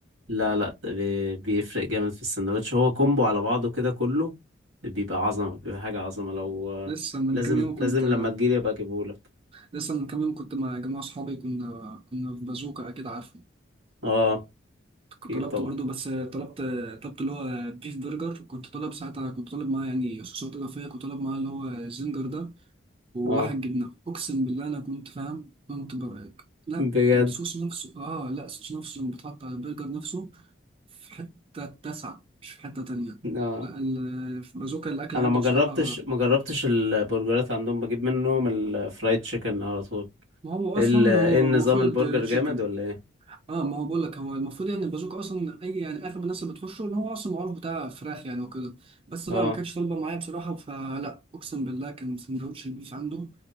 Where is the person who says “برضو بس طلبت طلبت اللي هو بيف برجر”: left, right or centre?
Right